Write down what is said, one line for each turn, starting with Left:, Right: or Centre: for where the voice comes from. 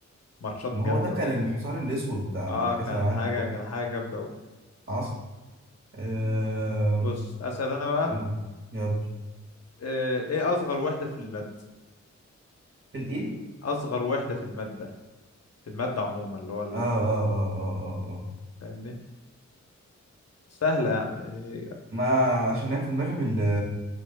Left: ماتشات
Right: ما
Left: جامده
Right: هو ده كان
Left: قوي
Right: الحصان الأسود بتاع
Left: اه
Right: الكأس
Left: كان
Right: العالم
Left: حاجه
Right: برضه
Left: كان حاجه جامده قوي
Right: حصل آه...
Left: بص اسال انا بقى
Right: قول يلا
Left: آه، ايه اصغر وحده في الماده
Right: في الإيه؟
Left: اصغر وحده في الماده في الماده عموما اللي هو ال-
Right: آه آه آه آه آه آه.
Left: فاهمني سهله يعني آه،
Right: ما عشان هي في دماغي بال